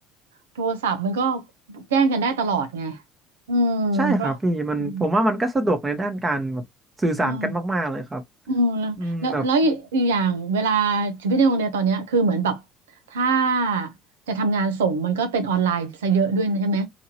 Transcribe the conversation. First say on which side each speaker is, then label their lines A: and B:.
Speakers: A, on the right (about 80°); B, on the right (about 20°).
A: โทรศัพท์มันก็แจ้งกันได้ตลอดไงอืมก็
B: ใช่ครับพี่มันผมว่ามันก็สะดวกในด้านการแบบสื่อสารกันมากๆเลยครับ
A: อืมอ่า อืมแล้วแล้วแล้วอีกอย่างเวลา
B: อืมแบบ
A: ชีวิตในโรงเรียนตอนเนี้ยคือเหมือนแบบถ้าจะทำงานส่งมันก็เป็นออนไลน์ซะเยอะด้วยนะใช่ไหม